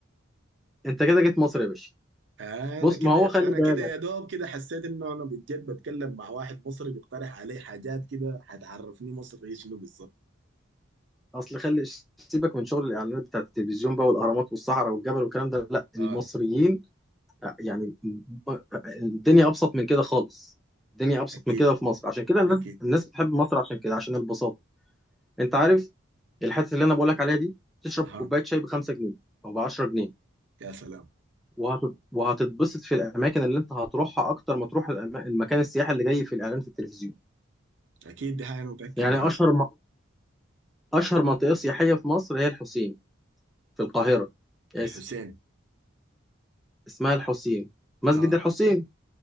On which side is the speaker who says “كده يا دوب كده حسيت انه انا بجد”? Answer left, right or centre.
Right